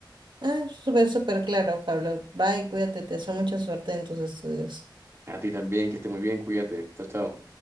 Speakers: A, on the right (about 75°); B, on the right (about 35°).
A: Ah, súper, súper claro, Pablo. Bye, cuídate, te deseo mucha suerte en tus estudios.
B: A ti también, que esté muy bien, cuídate. Chao, chao.